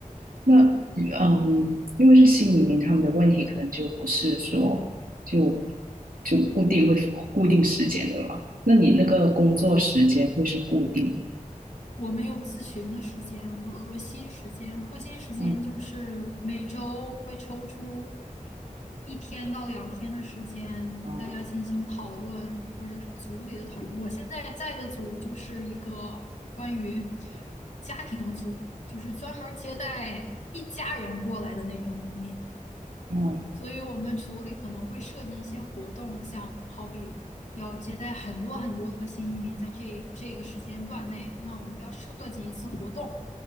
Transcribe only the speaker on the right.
那
嗯，因为是新移民，他们的问题可能就不是说就就固定会固定时间的吧？那你那个工作时间会是固定的
嗯，
哦
哦